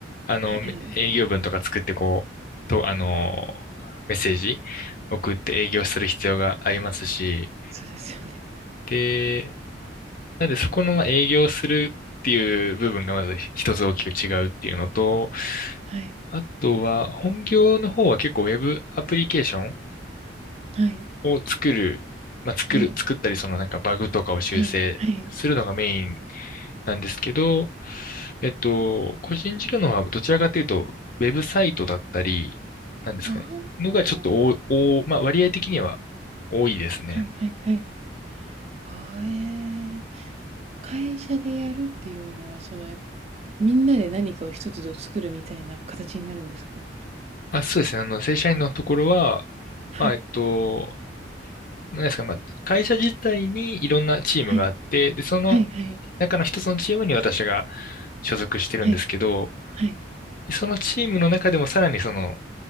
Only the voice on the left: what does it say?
あの、
営業文とか作ってこう、と、あの、メッセージ送って営業する必要がありますし、
で、なんでそこのまあ営業するっていう部分がまず一つ大きく違うっていうのと、
あとは、本業の方は結構ウェブアプリケーション
を作る、まあ、作る、
作ったり、そのなんかバグとかを修正するのがメイン
なんですけど、えっと、個人事業の方はどちらかというと、ウェブサイトだったり、なんですかね、
のがちょっとお、
お、まあ、割合的には多いですね。
あ、そうですね。あの、正社員のところは、
まあ、えっと、なんですか、まあ、会社自体にいろんなチームがあって、
で、その
中の一つのチームに私が所属してるんですけど、
でそのチームの中でもさらにその、